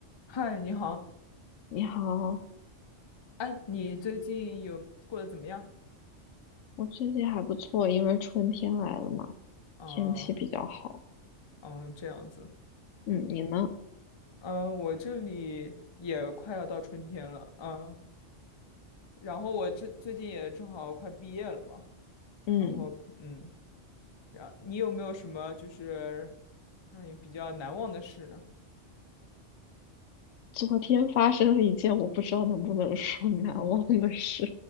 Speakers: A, on the left; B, on the left.
A: 嗨，你好，
B: 你好，
A: 哎，你最近有过得怎么样？
B: 我最近还不错，因为春天来了嘛，
A: 嗯
B: 天气比较好。
A: 嗯，这样子，
B: 嗯，你呢？
A: 嗯，我这里也快要到春天了，嗯，然后我这最近也正好快毕业了嘛，
B: 嗯，
A: 然后嗯，然你有没有什么就是让你比较难忘的事呢？
B: 昨天发生了一件我不知道能不能说 <laughs> 难忘的事，